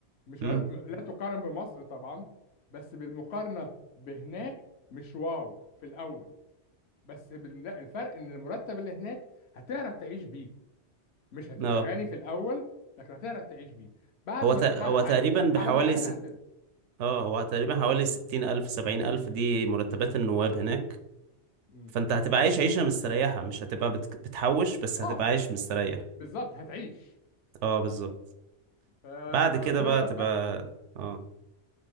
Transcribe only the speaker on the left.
مش
هقول م- لا تقارن بمصر طبعا بس بالمقارنة بهناك مش واو في الأول بس بال- لا، الفرق إن المرتب اللي هناك هتعرف تعيش بيه مش هتبقى
غني في الأول لكن هتعرف تعيش بيه بعد
ما
تعدي
مرحلة
معينة
هتقدر
مم.
اه
بالظبط هتعيش
فربنا
يوفقك